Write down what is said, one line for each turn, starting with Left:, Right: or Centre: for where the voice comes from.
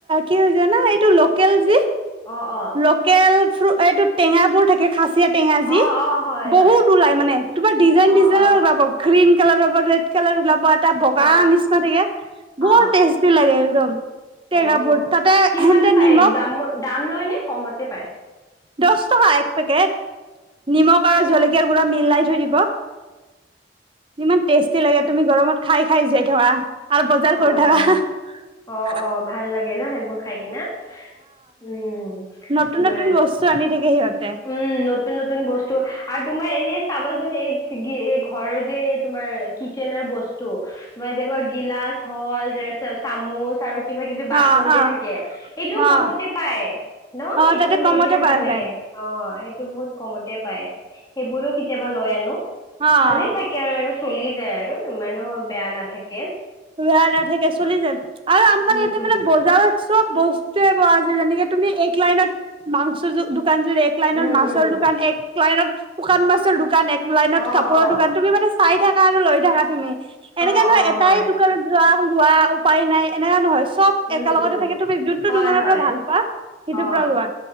Right: কি হয় জানা এইটো লোকেল যি
Left: অ অ
Right: লোকেল ফ্ৰ এইটো টেঙাবোৰ থাকে খাচিয়া টেঙা যি
Left: অ অ হয়
Right: বহুত
Left: হয়
Right: ওলাই মানে তোমাৰ ডিজাইন
Left: অ
Right: ডিজাইনত
Left: অ
Right: ওলাব গ্ৰীণ কালাৰত ৰেড কালাৰ ওলাব এটা বগা
Left: অ
Right: নিচিনা থাকে বৰ
Left: অ
Right: টেষ্টি লাগে একদম টেঙাবোৰ
Left: অ'
Right: তাতে
Left: কিমান
Right: এন্তে
Left: পায়
Right: নিমখ
Left: একদাম দাম লয় নে কমতে পায়?
Right: দশ টকা এক পেকেট নিমখ আৰু জলকীয় গুৰা মিলাই থৈ দিব ইমান টেষ্টি লাগে তুমি গৰমত খাই খাই যাই থকা। আৰু বজাৰ
Left: অ
Right: কৰি থকা।
Left: অ অ অ ভাল লাগে ন সেইবোৰ খাই কিনা উম,
Right: নতুন
Left: তোমাৰ
Right: নতুন বস্তু আনি থাকে সিহঁতে
Left: উম নতুন নতুন বস্তু আৰু তোমাৰ চাবা চুন এই ঘৰৰ যে এই তোমাৰ কিচেনৰ বস্তু তোমাৰ যেনেকুৱা গিল গ্লাছ হল চামুচ আৰু কিবা কিবি বাচন
Right: অ
Left: যে
Right: অ
Left: থাকে এইটোও
Right: অ
Left: কমতে পায় ন
Right: অ
Left: সেইটো
Right: তাতে
Left: লৈ
Right: কমতে
Left: কিনা
Right: পোৱা
Left: ভাল লাগে।
Right: যায়
Left: অ সেইটো বহুত কমতে পায় সেইবোৰো কেতিয়াবা লৈ আনো
Right: অ
Left: ভালে থাকে আৰু চলি যায় আৰু ইমানো বেয়া নাথাকে।
Right: বেয়া নাথাকে চলি যায় আৰু আমাৰ
Left: উম
Right: ইয়াতে
Left: উম
Right: মানে বজাৰ চব বস্তুুৱে পোৱা যায় যেনেকে তুমি এক লাইনত মাংস দোকান জুৰি, এক লাইনত
Left: উম
Right: মাছৰ
Left: উম
Right: দোকান, এক লাইনত শুকান মাছৰ দোকান, এক লাইনত
Left: অ
Right: কাপোৰৰ
Left: অ
Right: দোকান, তুমি মানে চাই থাকা আৰু লৈ থাকা তুমি। এনেকা
Left: অ'
Right: নহয়
Left: অ'
Right: এটাই
Left: হয়।
Right: দোকানত যোৱা লোৱা উপায় নাই, এনেকা নহয় চব
Left: উম
Right: একেলগতে
Left: উম
Right: থাকে তুমি যোনটো
Left: হয়
Right: দোকানৰ
Left: হয়
Right: পৰা ভাল পোৱা সেইটোৰ
Left: অ'
Right: পৰা লোৱা